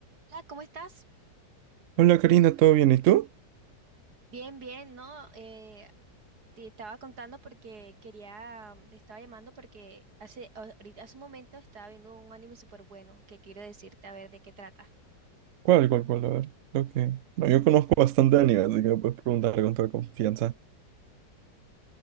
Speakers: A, on the right (about 60°); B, on the right (about 75°).
A: Hola, ¿cómo estás?
B: Hola Karina, ¿todo bien? ¿Y tú?
A: Bien, bien, ¿no? Eh, te estaba contando porque quería, te estaba llamando porque hace, ahorita- hace un momento estaba viendo un anime súper bueno que quiero decirte a ver de qué trata.
B: ¿Cuál, cuál, cuál? A ver, lo que... No, yo conozco bastante anime, así que me puedes preguntar con toda confianza.